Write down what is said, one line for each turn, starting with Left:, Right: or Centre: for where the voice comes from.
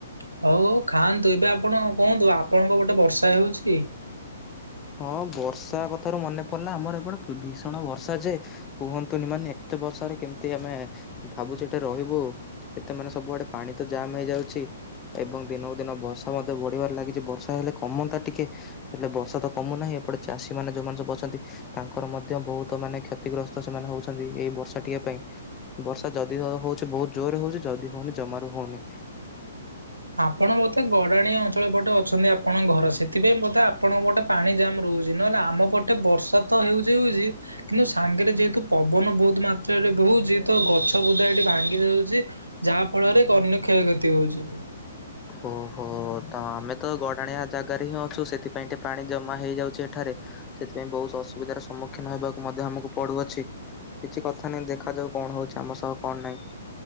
Right: ହଉ ହଉ ଖାଆନ୍ତୁ ଏବେ ଆପଣ କୁହନ୍ତୁ ଆପଣଙ୍କ ଗୋଟେ ବର୍ଷା ହେଉଛି କି?
Left: ହଁ ବର୍ଷା କଥାରୁ ମନେ ପଡିଲା ଆମର ଏପଟେ ଭୀଷଣ ବର୍ଷା ଯେ କୁହନ୍ତୁନି ମାନେ ଏତେ ବର୍ଷାରେ କେମିତି ଆମେ ଭାବୁଛେ ଏଠେ ରହିବୁ ଏତେ ମାନେ ସବୁଆଡେ ପାଣି ତ ଜାମ୍ ହେଇଯାଉଛି ଏବଂ ଦିନକୁ ଦିନ ବର୍ଷା ମଧ୍ୟ ବଢିବାରେ ଲାଗିଛି ବର୍ଷା ହେଲେ କମନ୍ତା ଟିକେ ହେଲେ ବର୍ଷା ତ କମୁନାହିଁ ଏପଟେ ଚାଷୀ ମାନେ ଯୋଉମାନେ ସବୁ ଅଛନ୍ତି ତାଙ୍କର ମଧ୍ୟ ବହୁତ ମାନେ କ୍ଷତିଗ୍ରସ୍ତ ସେମାନେ ହଉଛନ୍ତି ଏଇ ବର୍ଷା ଟ ପାଇଁ ବର୍ଷା ଯଦି ହଉଛି ବହୁତ ଜୋରରେ ହଉଛି ଯଦି ହଉନି ଜମାରୁ ହଉନି।
Right: ଆପଣ ବୋଧେ ଗଡାଣିଆ ଅଞ୍ଚଳ ପଟେ ଅଛନ୍ତି ଆପଣଙ୍କ ଘର ସେଥିପାଇଁ ବଧେ ଆପଣଙ୍କ ପଟେ ପାଣି ଜାମ୍ ରହୁଛି ନହେଲେ ଆମ ପଟେ ବର୍ଷା ତ ହେଉଛି ହଉଛି କିନ୍ତୁ ସାଙ୍ଗରେ ଯେହେତୁ ପବନ ବହୁତ। ବହୁ ମାତ୍ରାରେ ବସୁଛି ତ ଗଛ ବୂଦା ଏଠି ଭାଙ୍ଗି ଯାଉଛି ଯାହା ଫଳରେ ଅନ୍ୟ କ୍ଷୟକ୍ଷତି ହେଉଛି।
Left: ଓହୋ ତ ଆମେ ତ ଗଡ଼ାଣିଆ ଜାଗାରେ ହିଁ ଅଛୁ ସେଥିପାଇଁେ ପାଣି ଜମା ହେଇଯାଉଛି ଏଠାରେ ସେଥିପାଇଁ ବହୁତ ଅସୁବିଧାର ସମ୍ମୁଖୀନ ହେବାକୁ ମଧ୍ୟ ଆମକୁ ପଡୁଅଛି କିଛି କଥା ନାହିଁ ଦେଖାଯାଉ କଣ ହଉଛି ଆମ ସହ କଣ ନାହିଁ।